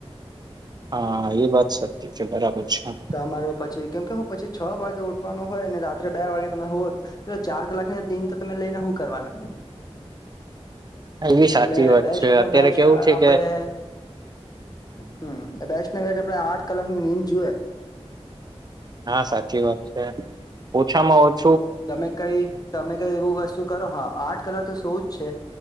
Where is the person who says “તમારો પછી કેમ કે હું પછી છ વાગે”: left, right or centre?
Left